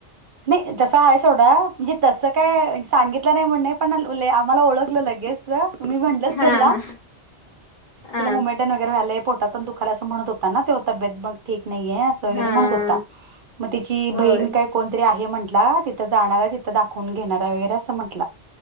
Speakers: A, on the right (about 55°); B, on the left (about 35°).
A: नाही तसं आहे सोडा म्हणजे तसं काय सांगितलं नाही म्हणणे पण आम्हाला ओळखलं लगेच. मी म्हटल
B: हा
A: त्याला
B: हा हा
A: तिला मुई मेट वगैरे व्हायलय पोटात पण दुखाला असं म्हत होता ना तेव तब्येत मग ठीक नाही याय. य वगैरे
B: हा
A: म्हणत होता मग तची
B: होय
A: बहीण काय कोणतरी आहे म्हंटला तिथं जाणार आहे तिथं दाखवून घेणार आहे वगैरे असं म्हटला.